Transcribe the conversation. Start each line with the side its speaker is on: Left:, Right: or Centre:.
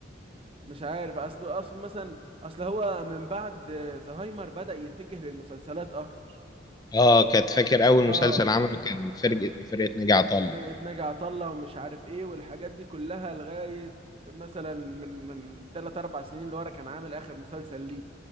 Right: مش عارف اصل اصل مثلا اصل هو من بعد زهايمر بدأ يتجه للمسلسلات اكتر
Left: اه كانت فاكر اول
Right: اه
Left: مسلسل عمله كان فرقه فرقه ناجي طلة
Right: فرقة ناجي عطا الله ومش عارف ايه والحاجات دي كلها لغاية مثلا من من تلات اربع سنين لورا كان عامل اخر مسلسل ليه